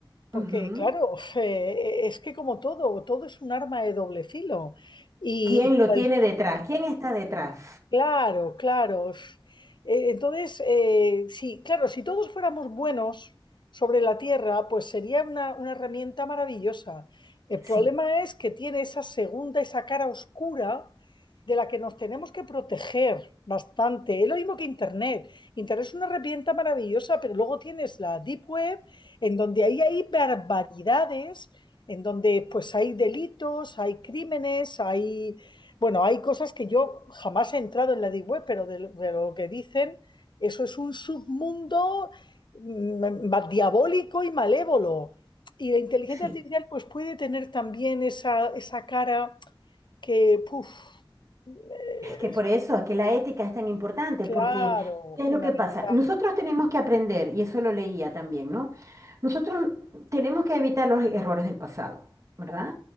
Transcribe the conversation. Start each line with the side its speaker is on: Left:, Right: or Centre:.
Left: porque,
Right: ujú.
Left: claro, <laughs> eh, es que como todo, todo es un arma de doble filo. Y
Right: ¿Quién lo
Left: cualquier
Right: tiene detrás? ¿Quién está detrás?
Left: Claro, claro. Eh, Entonces, eh, sí, claro, si todos fuéramos buenos sobre la Tierra, pues sería una, una herramienta maravillosa. El
Right: Eh, Sí,
Left: problema es que tiene esa segunda, esa cara oscura de la que nos tenemos que proteger bastante. Es lo mismo que Internet. Internet es una herramienta maravillosa, pero luego tienes la Deep Web, en donde ahí hay barbaridades, en donde pues hay delitos, hay crímenes, hay bueno, hay cosas que yo jamás he entrado en la Deep Web, pero de, de lo que dicen, eso es un submundo mm, ma- diabólico y malévolo. Y la inteligencia
Right: sí.
Left: artificial pues puede tener también esa, esa cara que, puf, eh,
Right: Es que por eso, es que la ética es tan importante,
Left: claro,
Right: porque ¿qué
Left: fundamental.
Right: es lo que pasa? Nosotros tenemos que aprender, y eso lo leía también, ¿no? Nosotros tenemos que evitar los errores del pasado, ¿verdad?